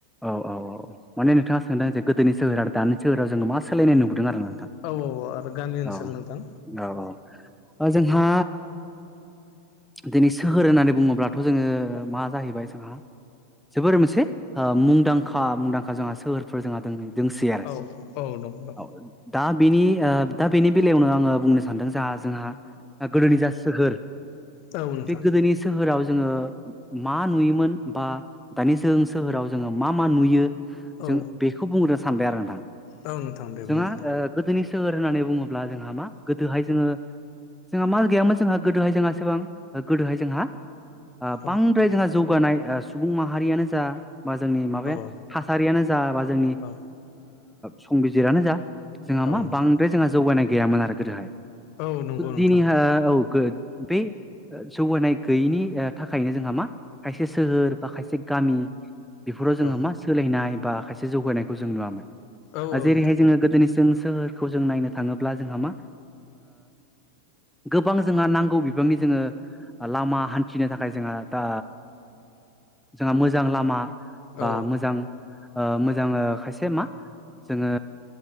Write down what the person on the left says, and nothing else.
औ औ आरो गामि ओनसोल
नोंथां
औ
औ औ दं दं
औ नोंथां
औ
औ नोंथां दे
बुंग्रोदो
औ
औ
औ
औ नोंथां
औ नंगौ नोंथां
औ
औ औ
नोंथां
औ